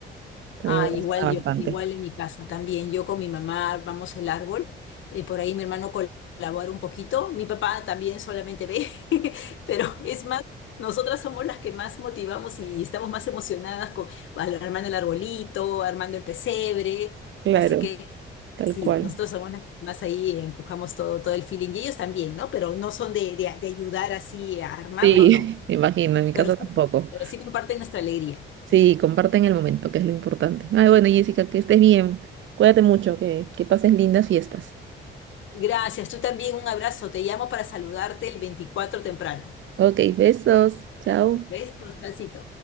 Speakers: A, on the right (about 70°); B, on the left (about 75°).
A: También
B: Ah,
A: me emociona
B: igual yo,
A: bastante.
B: igual en mi casa también. Yo con mi mamá armamos el árbol, eh, por ahí mi hermano col- colabora un poquito, mi papá también solamente ve, <laughs> pero es más, nosotras somos las que más motivamos y estamos más emocionadas con al- armando el arbolito, armando el pesebre,
A: Claro,
B: así que
A: tal
B: sí,
A: cual.
B: nosotros somos las que más ahí empujamos todo, todo el feeling y ellos también, ¿no? Pero no son de, de de ayudar así a armarlo,
A: Sí,
B: no,
A: <laughs> me imagino, en mi
B: pero
A: casa
B: sí,
A: tampoco.
B: pero sí comparten nuestra alegría.
A: Sí, comparten el momento, que es lo importante. Ay, bueno, Jessica, que estés bien. Cuídate mucho, que, que pases lindas fiestas.
B: Gracias, tú también un abrazo. Te llamo para saludarte el 24 temprano.
A: Ok, besos. Chao.
B: ¿Ves, Bastancito?